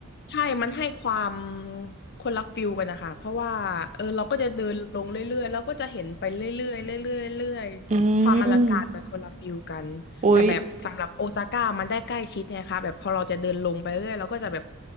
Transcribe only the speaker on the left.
ใช่ มันให้ความคนละฟิลกันนะคะ เพราะว่าเออเราก็จะเดินลงเรื่อยๆแล้วก็จะเห็นไปเรื่อยๆเรื่อยๆเรื่อยๆความอลังการมันคนละฟิลกันแต่แบบสำหรับโอซาก้ามันได้ใกล้ชิดไงคะแบบพอเราจะเดินลงไปเรื่อยเราก็จะแบบ